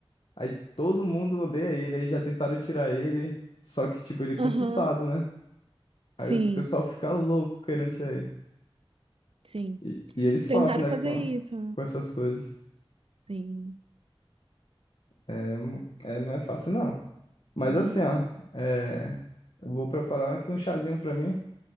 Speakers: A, on the left (about 70°); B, on the right (about 75°).
A: Aí todo mundo odeia ele, aí já tentaram tirar ele, só que, tipo, ele é concursado,
B: Aham.
A: né? Aí
B: Sim.
A: o pessoal fica louco querendo tirar ele.
B: Sim.
A: E, e ele sofre,
B: Tentaram
A: né,
B: fazer
A: com,
B: isso.
A: com essas coisas.
B: Sim.
A: É, não- é, não é fácil, não. Mas
B: Não
A: assim,
B: é não.
A: ó, é, eu vou preparar aqui um chazinho pra mim,